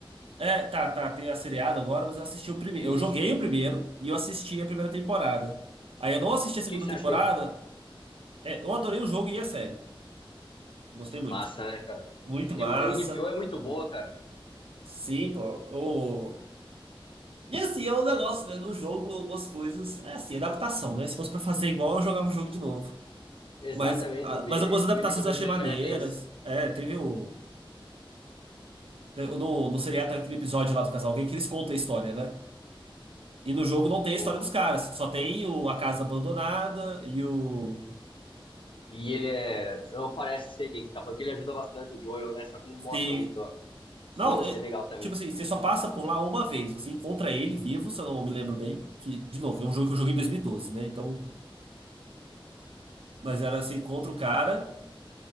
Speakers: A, on the right (about 80°); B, on the left (about 65°).
A: É, tá, tá, tem a seriada agora, mas eu assisti o primeiro. Eu joguei
B: Isso.
A: o primeiro e eu assisti a primeira temporada. Aí eu não assisti a
B: E
A: segunda
B: o que, que você
A: temporada.
B: achou?
A: É, eu adorei o jogo e a série. Gostei muito.
B: Massa, né, cara?
A: Muito
B: Gostei
A: massa.
B: muito. A HBO é muito boa, cara.
A: Sim, pô. o- E assim, é um negócio, né? No jogo, algumas coisas. É assim, adaptação, né? Se fosse pra fazer igual, eu jogava o jogo de novo.
B: Exatamente,
A: Mas, ah,
B: o meme,
A: mas algumas adaptações
B: o meme que eu vejo
A: eu achei
B: na
A: maneiras.
B: internet é isso.
A: É, teve o. Tem- No, no seriado
B: Só
A: tem aquele episódio lá do casal gay que eles contam a história, né? E no jogo não tem
B: Do,
A: a história dos caras. Só tem o, a casa abandonada e o.
B: E ele é. Eu parece sei quem que tá falando, que ele ajuda bastante o Joel, né? Só que não
A: Se.
B: mostra muito, ó. Sim,
A: Não,
B: eu achei
A: é-
B: legal também.
A: tipo assim, você só passa por lá uma vez. Você encontra ele vivo, se eu não me lembro bem. Que, de novo, é um jogo que eu joguei em 2012, né? Então. Mas era você encontra o cara